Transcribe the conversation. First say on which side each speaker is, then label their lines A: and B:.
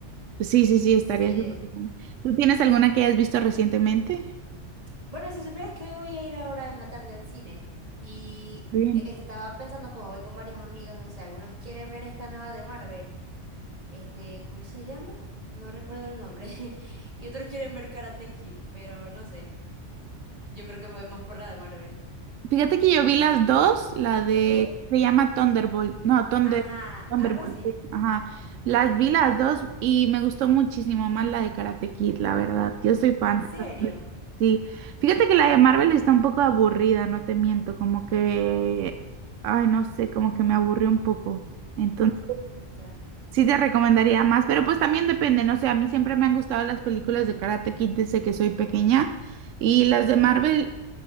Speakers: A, on the right; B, on the right.
A: Sí, sí, sí, estaría
B: Sí.
A: súper bien. ¿Tú tienes alguna que hayas visto recientemente?
B: Bueno, si supieras que hoy voy a ir ahora en la tarde al cine y
A: Muy Bien.
B: estaba pensando como voy con varios amigos, no sé, algunos quieren ver esta nueva de Marvel. Este, ¿cómo se llama? No recuerdo el nombre. <laughs> Y otros quieren ver Karate Kid, pero no sé. Yo creo que me voy más por la de Marvel.
A: Fíjate que yo vi las dos, la de,
B: ¿Sí?
A: se llama Thunderbolt, no, Thunder,
B: Ajá,
A: Thunderbolt,
B: algo así.
A: sí, ajá, las vi las dos y me gustó muchísimo más la de Karate Kid, la verdad, yo soy fan,
B: ¿En serio?
A: sí, fíjate que la de Marvel está un poco aburrida, no te miento, como que, ay, no sé, como que me aburrió un poco, entonces,
B: Mm, ya.
A: Sí te recomendaría más, pero pues también depende, no sé, a mí siempre me han gustado las películas de Karate Kid desde que soy pequeña y las de Marvel,